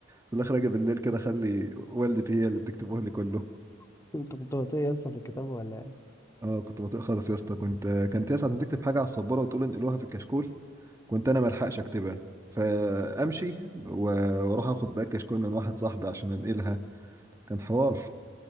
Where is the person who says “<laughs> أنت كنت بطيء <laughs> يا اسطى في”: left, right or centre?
Left